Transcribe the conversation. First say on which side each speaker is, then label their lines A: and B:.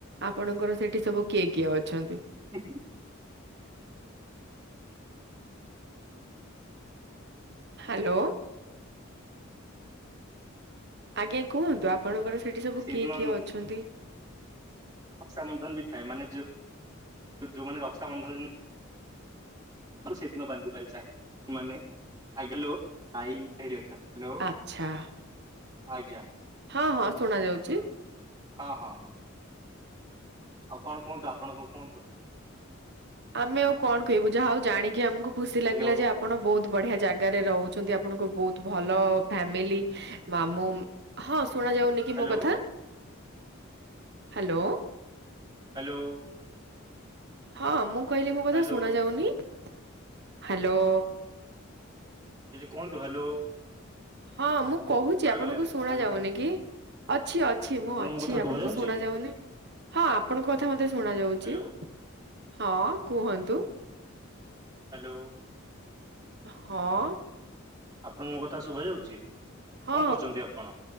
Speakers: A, on the right; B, on the right.
A: ଆପଣଙ୍କର ସେଠି ସବୁ କିଏ କିଏ ଅଛନ୍ତି?
B: ଦେଖଛି
A: ହ୍ୟାଲୋ। ଆଜ୍ଞା କୁହନ୍ତୁ ଆପଣଙ୍କର ସେଇଠି ସବୁ
B: ସେଇଦିନ
A: କିଏ କିଏ ଅଛନ୍ତି?
B: ରକ୍ଷାାବନ୍ଧନ ବି ଥାଏ ମାନେ ଯୋଉ ଯୋଉମାନେ ରକ୍ଷାାବନ୍ଧନ ମୁଁ ସେଦିନ ବାନ୍ଧି ପାର ଚ <unintelligible> ମାନେ <unintelligible> ଆଇ ଏଠି ଅ ହାଲୋ
A: ଆଚ୍ଛା
B: ଆଜ୍ଞା।
A: ହଁ ହଁ ଶୁଣା ଯାଉଛି।
B: ହଁ ହଁ। ଆଉ କଣ କୁହନ୍ତୁ ଆପଣଙ୍କ କୁହନ୍ତୁ।
A: ଆମେ ଆଉ କଣ କହିବୁ ଯାହା ହଉ ଜାଣିକି ଆମକୁ ଖୁସି
B: ହ୍ୟାଲୋ
A: ଲାଗିଲା ଯେ ଆ ପଣ ବହୁତ ବଢିଆ ଜାଗାରେ ରହୁଛନ୍ତି ଆପଣଙ୍କ ବହୁତ ଭଲ ଫ୍ୟାମିଲି ମାମୁଁ ହଁ ଶୁଣ ଯାଉନି କି
B: ହ୍ୟାଲୋ
A: ମୋ କଥା? ହ୍ୟାଲୋ।
B: ହ୍ୟାଲୋ।
A: ହଁ ମୁଁ କହିଲି ମୋ କଥା
B: ହ୍ୟାଲୋ
A: ଶୁଣ ଯାଉନି? ହ୍ୟାଲୋ।
B: କିଛି କୁହନ୍ତୁ ହ୍ୟାଲୋ।
A: ହଁ ମୁଁ କହୁଛି
B: କୁଆଡେ
A: ଆପଣଙ୍କୁ
B: ଗଲେ ଆପଣ
A: ଶୁଣା
B: ହ୍ୟାଲୋ
A: ଯାଉନି କି? ଅଛି ଅଛି
B: ଆପଣଙ୍କୁ
A: ମୁଁ ଅଛି
B: ମୋ କଥା ଶୁଭା
A: ଆପଣଙ୍କୁ
B: ଯାଉଛି
A: ଶୁଣ ଯାଉନି। ହଁ ଆପଣଙ୍କ କଥା ମତେ ଶୁଣ ଯାଉଛି
B: ହ୍ୟାଲୋ
A: ହଁ କୁହନ୍ତୁ।
B: ହ୍ୟାଲୋ।
A: ହଁ।
B: ଆପଣଙ୍କୁ ମୋ କଥା ଶୁଭା ଯାଉଛି? କଣ
A: ହଁ
B: କରୁଛନ୍ତି ଆପଣ